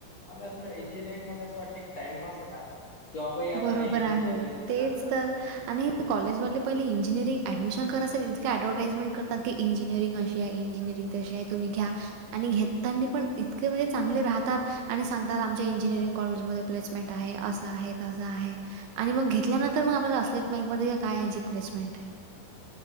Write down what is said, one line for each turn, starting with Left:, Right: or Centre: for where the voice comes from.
Left: मला असं इंजिनिअरिंग कसं. वाटते एक टाइमपास आहे. जॉबही आता
Right: बरोबर
Left: नाही आहेत
Right: आहे.
Left: इंजिनिअरिंग केल्यानंतर
Right: तेच तर आणि
Left: हम्म.
Right: कॉलेजवाले- पहि इंजिनिअरि ॲडमिश करायसाठी ईतंक अँडव्हटाईज करताती इंजिनिरिंग अशी आहे ईजिनिअरंग तशी आहे तम्ही घ्या. आणि घेताना पण इतके म्हणजे चांगले राहतात. आणि सांगतात आमच्या इंजिनिअरिंग कॉलेजमध्ये प्लेसमेंट आहे असं आहे. तंस आहे आणि मग घेतल्यानंतर मग आपल्याला असलियत माहीत पडते की काय यांची प्लेसमेंट आहे.